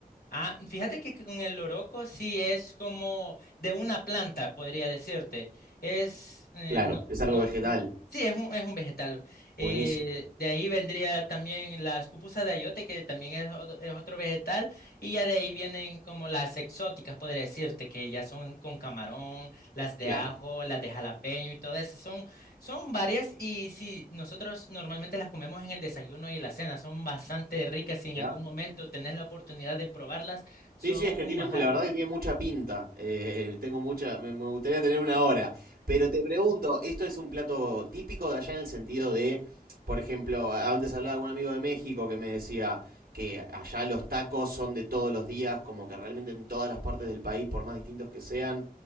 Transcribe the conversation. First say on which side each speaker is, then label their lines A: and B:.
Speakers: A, on the left (about 85°); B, on the right (about 85°).
A: Ah, fíjate que con el loroco sí es como de una planta, podría decirte. Es... eh,
B: Claro,
A: no,
B: es algo
A: no-
B: vegetal.
A: Sí, es un, es un vegetal.
B: Buenísimo,
A: Eh, de ahí vendría también las pupusas de ayote, que también es, ot- es otro vegetal, y ya de ahí vienen como las exóticas, podría decirte, que ya son con camarón, las de
B: claro.
A: ajo, las de jalapeño y todas esas. Son, son varias y sí, nosotros normalmente las comemos en el desayuno y la cena, son bastante ricas y
B: Mirá.
A: en algún momento tenés la oportunidad de probarlas, son
B: Sí, sí, es que
A: un
B: tiene,
A: manjar.
B: mu- la verdad que tiene mucha pinta. Eh, <laughs> tengo mucha, me, me gustaría tener una hora. Pero te pregunto, ¿esto es un plato típico de allá en el sentido de, por ejemplo, antes hablaba con un amigo de México que me decía que allá los tacos son de todos los días, como que realmente en todas las partes del país, por más distintos que sean,